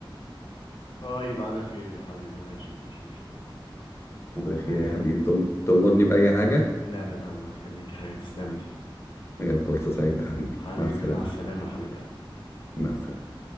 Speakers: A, on the left (about 60°); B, on the left (about 30°).
A: طيب على خير يا حبيبي ماشي مفيش مشكلة
B: على
A: تمام
B: خير يا حبيبي تم- تأمرني بأي حاجة
A: لا لا لا الله يخليك يا حبيبي تسلم لي
B: هي فرصة سعيدة حبيبي
A: حبيبي
B: مع السلامة
A: مع السلامة يا حبيبي
B: مع السلامة